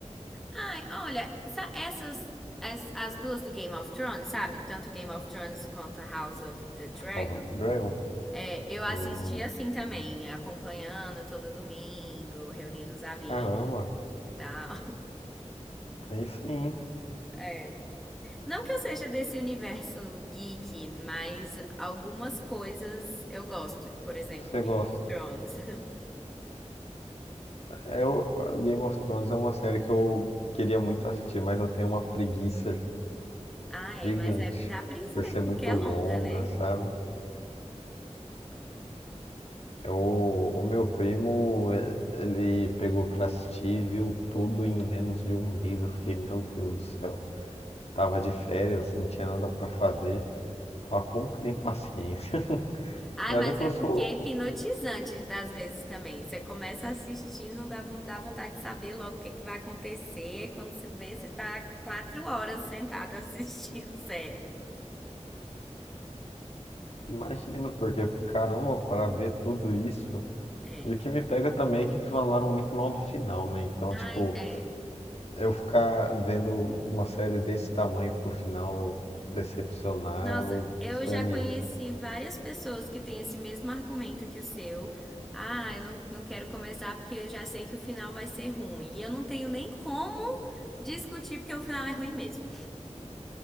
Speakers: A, in the centre; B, on the left.
A: Ai, olha, sa- essas. As, as duas do Game of Thrones, sabe? Tanto Game of Thrones quanto a House of the Dragon.
B: House of the Dragon?
A: É, eu assisti
B: Hum,
A: assim também, acompanhando todo domingo, reunindo os amigos
B: caramba,
A: e tal. <laughs>
B: aí sim
A: É. Não que eu seja desse universo geek, mas algumas coisas eu gosto. Por exemplo,
B: você
A: Game
B: gosta.
A: of Thrones. <laughs>
B: Eu, Game of Thrones é uma série que eu queria muito assistir, mas eu tenho uma preguiça
A: Ah, é,
B: gigante
A: mas é dá preguiça
B: por
A: mesmo,
B: ser muito
A: porque é
B: longa,
A: longa, né?
B: sabe? Eu, o meu primo, e- ele pegou pra assistir, e viu tudo em menos de um mês. Eu fiquei, meu Deus do céu, tava de férias, não tinha nada pra fazer. Fala, como que tem paciência? <laughs>
A: Ah,
B: E olha
A: mas
B: que
A: é
B: eu
A: porque
B: sou,
A: é hipnotizante às vezes também. Você começa a assistir, não dá, von- dá vontade de saber logo o que, que vai acontecer. Aí quando se vê, você tá quatro horas sentado assistindo <laughs> série.
B: imagino, porque caramba, pra ver tudo isso.
A: É.
B: E o que me pega também é que falaram muito mal do final, né? Então,
A: Ai,
B: tipo,
A: é.
B: eu ficar vendo uma série desse tamanho pro final decepcionar,
A: Nossa,
B: eu
A: eu
B: desanimo.
A: já conheci várias pessoas que têm esse mesmo argumento que o seu. Ah, eu não, não quero começar porque eu já sei que o final vai ser ruim. E eu não tenho nem como discutir porque o final é ruim mesmo.